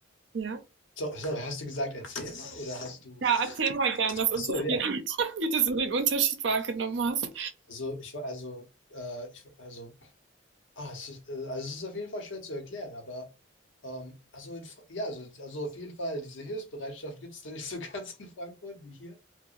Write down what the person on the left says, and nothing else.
so, sorry, hast du gesagt, erzähl mal oder hast du?
Ach
so, ja.
Also ich war, also äh, ich, also Ah, es ist, äh, also es ist auf jeden Fall schwer zu erklären, aber ähm, also in, Fra- ja, also, also auf jeden Fall, diese Hilfsbereitschaft gibt es da nicht so <laughs> ganz in Frankfurt wie hier.